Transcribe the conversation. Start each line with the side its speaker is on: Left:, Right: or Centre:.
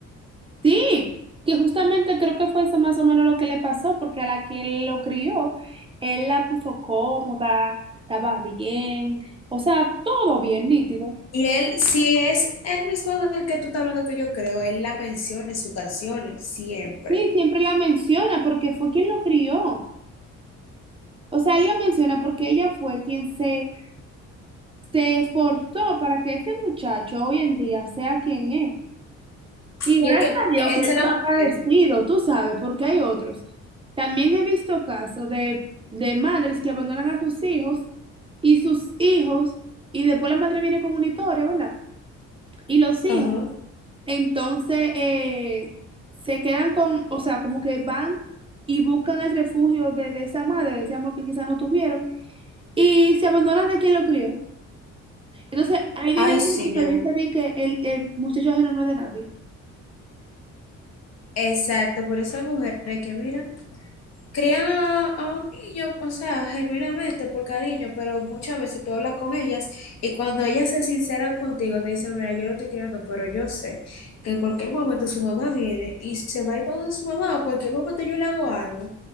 Right: Sí, que justamente creo que fue eso más o menos lo que le pasó, porque a la que lo crió, él la puso cómoda, estaba bien, o sea, todo bien nítido.
Left: Y él, si es el mismo del que tú estás hablando que yo creo, él la menciona en sus canciones, siempre.
Right: Sí, siempre la menciona porque fue quien lo crió. O sea, él lo menciona porque ella fue quien se, se esforzó para que ese muchacho hoy en día sea quien es. Y gracias
Left: Y es que
Right: a Dios
Left: esa
Right: que él
Left: es
Right: fue
Left: la
Right: agradecido,
Left: mujer.
Right: tú sabes, porque hay otros. También he visto casos de, de madres que abandonan a sus hijos y sus hijos, y después la madre viene con una historia, ¿verdad? Y los hijos,
Left: Ajá.
Right: entonces, eh, se quedan con, o sea, como que van y buscan el refugio de, de esa madre, de ese amor que quizás no tuvieron, y se abandonan de quien lo crió. Entonces, ahí viene
Left: Ay,
Right: el
Left: sí,
Right: dicho
Left: mi
Right: que
Left: amor.
Right: dice de que el, el muchacho ajeno no es de nadie.
Left: Exacto, por esas mujeres que, mira, crían a, a un niño, o sea, genuinamente por cariño, pero muchas veces tú hablas con ellas y cuando ellas se sinceran contigo, te dicen, mira, yo lo estoy criando, pero yo sé que en cualquier momento su mamá viene y se va a ir para donde su mamá, o cualquier momento yo le hago algo,